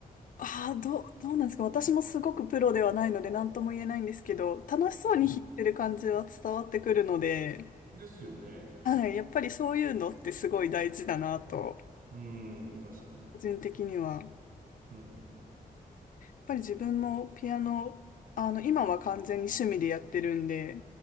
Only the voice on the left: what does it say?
ああ、どう、どうなんですか。私もすごくプロではないので何とも言えないんですけど、楽しそうに弾いてる感じは伝わってくるので、
はい、やっぱりそういうのってすごい大事だなと、
個人的には。や
っぱり自分もピアノ、あの、今は完全に趣味でやってるんで、